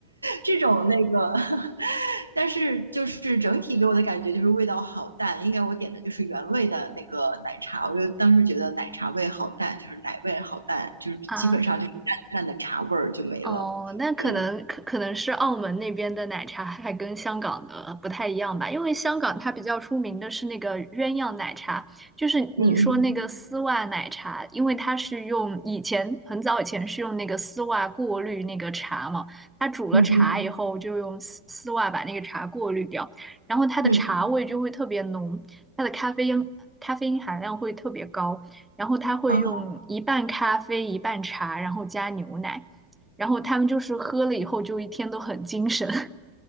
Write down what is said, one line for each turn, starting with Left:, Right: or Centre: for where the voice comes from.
Right: 这种那个，<laughs> 但是就是整体给我的感觉就是味道好淡，应该我点的就是原味的那个奶茶，我就当时觉得奶茶味好淡，就是奶味好淡，就是基本上就是淡淡的茶味儿就没了。
Centre: 啊？哦，那可能可可能是澳门那边的奶茶还跟香港的不太一样吧，
Right: 嗯
Centre: 因为香港它比较出名的是那个鸳鸯奶茶，就是你说那个丝袜奶茶，
Right: 嗯嗯
Centre: 因为它是用以前很早以前是用那个丝袜过滤那个茶嘛，它煮了茶以后就用丝丝袜把那个茶过滤掉，
Right: 嗯嗯
Centre: 然后它的茶味就会特别浓，
Right: 嗯，
Centre: 它的咖啡因咖啡因含量会特别高，然后它会用一半咖啡一半茶，
Right: 哦
Centre: 然后加牛奶。然后他们就是喝了以后就一天都很精神。